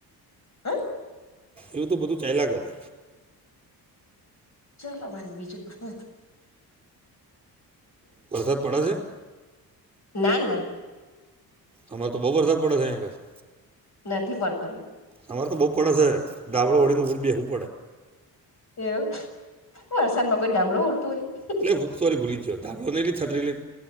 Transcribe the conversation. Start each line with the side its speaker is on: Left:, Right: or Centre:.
Left: હ.
Right: એવું તો બધું થયલા કરે.
Left: ચલો મને બીજું તો શું.
Right: વરસાદ પડે છે.
Left: ના ના.
Right: અમાર તો બો વરસાદ પડે છે અહીયા આગળ
Left: નથી પડતો એમ.
Right: અમારે તો બોહ પડે શે ઘાબડો ઓઢી ને ઉપર બેહવું
Left: એવું વરસાદમાં કોઈ ઘાબરો ઓઢતું હોય
Right: એટલે સોરી ભૂલી ગયો ધાબારો નઈ લે છત્રી લઈને